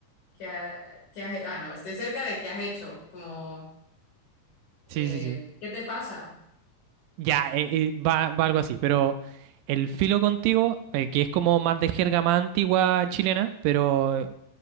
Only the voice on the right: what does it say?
Sí, sí, sí.
Ya, eh, eh, va, va algo así, pero el filo contigo, eh, que es como más de jerga más antigua chilena, pero